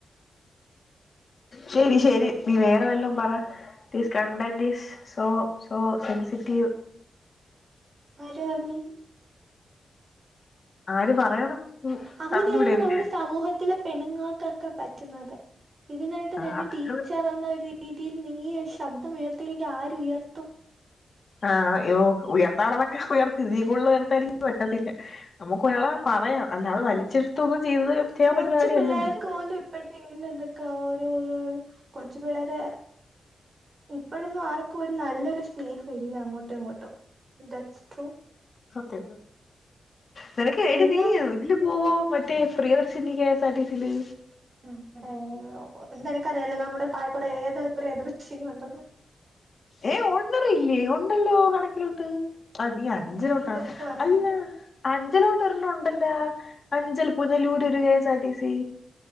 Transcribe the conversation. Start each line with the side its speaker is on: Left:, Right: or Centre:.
Left: ശരി ശരി നീ വേറെ വല്ലവും പറ this content is so so sensitive
Right: ആര് പറഞ്ഞി
Left: ആര് പറയണം
Right: അങ്ങനെയാണ്
Left: പറഞ്ഞൂടെ പിന്നെ
Right: നമ്മുടെ സമൂഹത്തിലെ പെണ്ണുങ്ങൾക്കൊക്കെ പറ്റുന്നത് ഇതിനായിട്ട്
Left: ആ
Right: നിന്റെ
Left: അതൊക്കെ
Right: ടീച്ചർ
Left: പിന്നെ
Right: എന്ന ഒര് രീതിയിൽ നീ ശബ്ദം ഉയർത്തില്ലെങ്കിൽ ആരു ഉയർത്തും
Left: ആഹ് അയ്യോ ഉയർത്ത ആളൊക്കെ ഉയർത്തിതിക്കൂടു ഉയർത്തും പറ്റത്തില്ല നമുക്ക് ഒരാളെ പറയാം അല്ലാതെ വലിച്ചെടുത്തൊന്നും ചെയ്തത് ചെയ്യാൻ
Right: കൊച്ചു
Left: പറ്റുന്ന കാര്യല്ലല്ലോ
Right: പിള്ളേർക്ക് പോലും ഇപ്പട്ട ഇങ്ങനെ എന്തൊക്കെ ഓരോരോ കൊച്ചു പിള്ളേര് ഇപ്പോഴന്നും ആർക്കും ഒരു നല്ലൊരു സ്നേഹം ഇല്ല അങ്ങോട്ടും ഇങ്ങോട്ടും ഡസ്ടോ
Left: സത്യ നിനക്കട്ട
Right: എല്ലാം
Left: നീ ഇതില് പോവോ മറ്റേ പ്രിയദർശിനി കേസാർടിസില്
Right: ആ അ ഓ എന്താ എനിക്കറിയല്ലേ നമ്മുടെ താഴക്കൂടെ ഏതത്ര എതിർശീന ഉണ്ടന്ന്
Left: ഏ് ഉണ്ണറില്ലേ ഉണ്ടല്ലോ കടക്കിലോട്ട് അതീ അഞ്ചിലോട്ടാ
Right: അതിനേം തെരച്ചിൽ വരാണ്
Left: അല്ല അഞ്ചിലോട്ട് ഇോ ല്ല അഞ്ചൽ പൂുന്ന ലൂര് ഒരു K S R T C